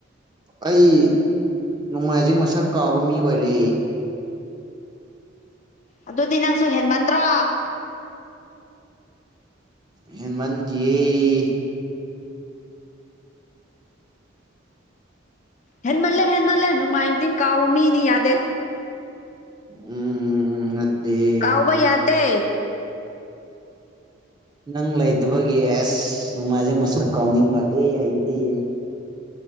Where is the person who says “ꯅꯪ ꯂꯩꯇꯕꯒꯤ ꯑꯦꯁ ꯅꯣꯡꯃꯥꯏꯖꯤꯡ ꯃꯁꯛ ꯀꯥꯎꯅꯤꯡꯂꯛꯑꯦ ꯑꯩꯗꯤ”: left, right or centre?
Right